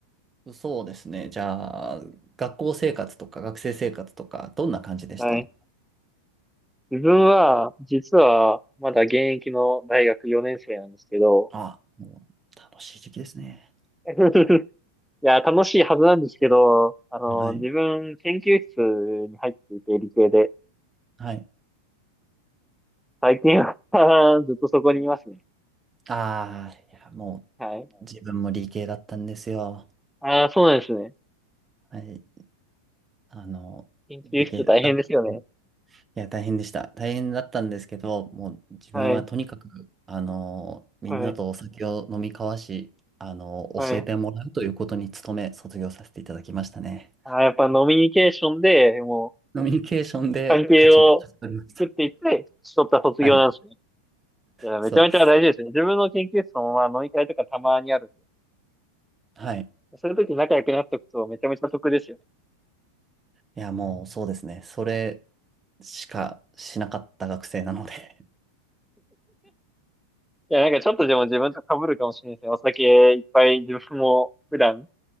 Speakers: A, on the right (about 15°); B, in the centre.
A: の、そうですね。じゃあ、学校生活とか学生生活とか、どんな感じでした
B: はい。自分は、実は、まだ現役の大学4年生なんですけど、
A: あ、もう楽しい時期ですね。
B: <laughs> いや、楽しいはずなんですけど、あの、
A: はい。
B: 自分、研究室に入っていて、理系で、
A: はい。
B: 最近は <laughs> ずっとそこにいますね。
A: ああ、いや、も
B: はい。
A: う自分も理系だったんですよ。
B: ああ、そうなんですね。
A: はい。あの、
B: 研究室大変ですよね。
A: 理系だった。いや、大変でした。大変だったんですけど、もう自分はとにかく、
B: はい。
A: あの、みんなとお酒を飲み交わし、
B: はい。
A: あの、
B: はい。
A: 教えてもらうということに努め、卒業させていただきましたね。
B: あー、やっぱノミニケーションで、も
A: コミュニケーションで勝ち、
B: う、関係を
A: 勝ち取りました。
B: 作っていって、取った卒業なんですね。
A: はい。
B: いや、
A: そうです。
B: めちゃめちゃ大事ですね。自分の研究室も、まあ、飲み会とかたまにあるんで。
A: はい。
B: そういう時仲良くなっとくとめちゃめちゃ得ですよね。
A: いや、もうそうですね。それしかしなかった学生なので。<laughs>
B: いや、なんかちょっとでも自分と被るかもしれないですね。お酒いっぱい自分も普段、